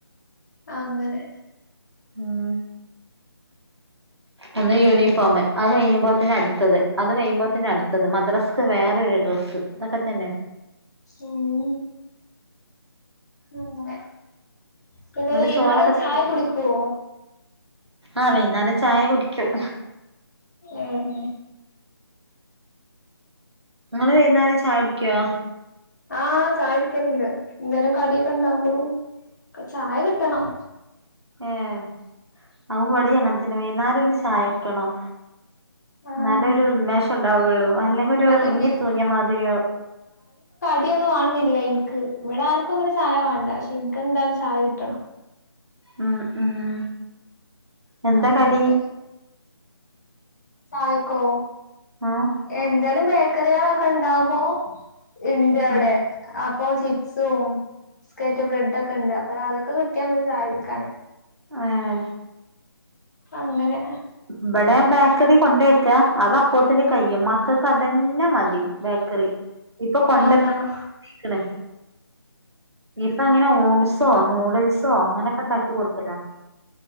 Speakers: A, on the left; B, on the right.
A: അങ്ങനെ. <inaudible>
B: ഉം ഒന്ന് യൂണിഫോം അത് കഴിഞ്ഞുമ്പോതിന് അടുത്തത് അത് കഴിയുമ്പോതിന് അടുത്തത് മദ്രസ്ക്ക് വേറൊരു ഡ്രസ്സ്. ഇതൊക്കെ തന്നെ.
A: ഉം ഉ പിന്നെ
B: ഇന്നട്ട്
A: വൈനാരം
B: ചോറൊക്കെ തിന്ന്
A: ചായ കുടിക്കുവോ.
B: ആഹ് വൈന്നേരം ചായ കുടിക്കും.
A: ഏഹ്
B: ങ്ങള് വൈന്നാരം ചായുടിക്കോ?
A: ആഹ് ചായുടിക്കല്ണ്ട്, എന്തേലും കടിയൊക്കെണ്ടാവുമ്പളും ചായ കിട്ടണം.
B: ഏഹ്, അവ്വടിം അങ്ങൻത്തന്നെ, വൈന്നാരൊരു ചായ കിട്ടണം.
A: ആഹ്
B: ന്നാലേ ഒരു ഉന്മേഷണ്ടാവൊള്ളൂ. അല്ലെങ്കി ഒരു ഒറർങ്ങി
A: അതന്നെ
B: തൂങ്ങ്യ മാതിരിയാവും.
A: <unintelligible> ഒന്നും വാണന്നില്ല ഇൻക്ക്. ഇവടെ ആർക്കു അങ്ങനെ ചായ വാണ്ട പക്ഷെ, ഇൻക്കെന്തായാലും ചായ കിട്ടണം.
B: ഉം ഉം എന്താ
A: അങ്ങനെ
B: കടി?
A: ചായക്കോ?
B: ആഹ്
A: എന്തേലും ബേക്കറ്യാളൊക്കെ ഇണ്ടാവുമ്പോ ഇന്റവ്ടെ
B: ഉം
A: അപ്പൊ ചിപ്സും, ബിസ്ക്കേറ്റു ബ്രെഡൊക്കെണ്ട്. അപ്പൊ അതൊക്കെ കിട്ടിയാ മതി ചായ കുടിക്കാന്
B: ഏഹ്
A: അങ്ങനെ
B: ഇബടെ ബേക്കറി കൊണ്ടോയെക്ക, അത് അപ്പോത്തിന് കയ്യും മ ക്കക്ക് അതന്നെ മതി ബേക്കർ, ഇപ്പൊ കൊണ്ടര്ലൊക്കെ
A: ആഹ്
B: നിർത്തീക്ക്ണ്. ഇപ്പങ്ങനെ ഓട്സോ, നൂഡിൽസോ അങ്ങനൊക്കെ ഇണ്ടാക്കി കൊടുക്കലാ.